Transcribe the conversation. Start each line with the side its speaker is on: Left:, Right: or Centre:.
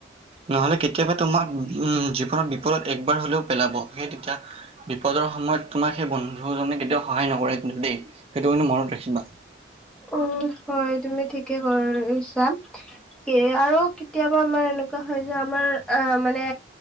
Right: নহ'লে কেতিয়াবা তোমাক। উম। জীৱনত বিপদত একবাৰ হ'লেও পেলাব। সেই তেতিয়া বিপদৰ সময়ত তোমাক সেই বন্ধুজনে কেতিয়াও সহায় নকৰে কিন্তু দেই সেইটো কিুন্তু মনত ৰাখিবা।
Centre: উম হয়। তুমি ঠিকে কৰিছা সে আৰু কেতিয়াবা আমাৰ। এনেকুৱা হয়, যে আমাৰ আহ মানে